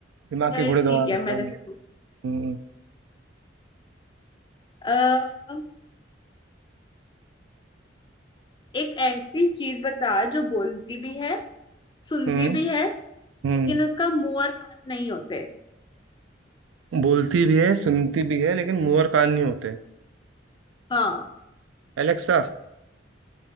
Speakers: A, on the right; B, on the left.
A: दिमाग
B: चल
A: के घोड़े
B: ठीक
A: दौड़ाने
B: है
A: दौड़ाने
B: मैं जैसे
A: हम्म
B: पूछ एक ऐसी चीज बता जो बोलती भी है सुनती
A: हम्म
B: भी है लेकिन
A: हम्म
B: उसका मुंह और कान नहीं होते
A: बोलती भी है सुनती भी है लेकिन मुंह और कान नहीं होते
B: हाँ
A: एलेक्सा